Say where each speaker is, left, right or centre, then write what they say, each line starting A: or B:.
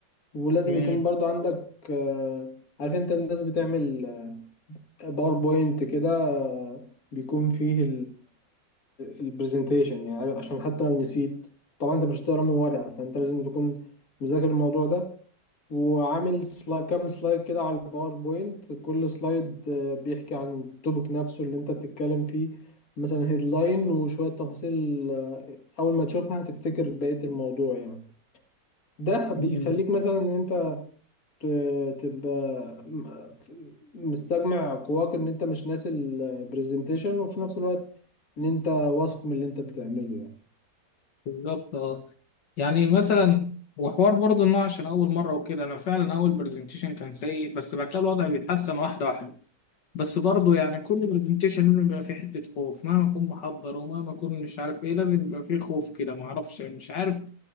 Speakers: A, on the left; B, on the left.
A: ولازم
B: مم.
A: يكون برضو عندك آه، عارف انت الناس بتعمل باوربوينت كده بيكون فيه البرزنتيشن يعني عشان حتى لو نسيت طبعا انت مش هتقرا من ورقه فانت لازم تكون مذاكر الموضوع ده وعامل سلايد كام سلايد كده على الباوربوينت كل سلايد آه، بيحكي عن التوبيك نفسه اللي انت بتتكلم فيه مثلا هيدلاين وشوية تفاصيل آه، أول ما تشوفها هتفتكر بقية الموضوع يعني ده بيخليك
B: مم.
A: مثلا إن أنت ت- تبقى م- مستجمع قواك ان انت مش ناسي البرزنتيشن وفي نفس الوقت ان انت واثق من اللي انت بتعمله يعني
B: بالظبط اه يعني مثلا وحوار برضه انه عشان اول مره وكده انا فعلا اول برزنتيشن كان سيء بس بعد كده الوضع بيتحسن واحده واحده بس برضه يعني كل برزنتيشن لازم يبقى فيه حته خوف مهما اكون محضر ومهما اكون مش عارف ايه لازم يبقى فيه خوف كده ما اعرفش مش عارف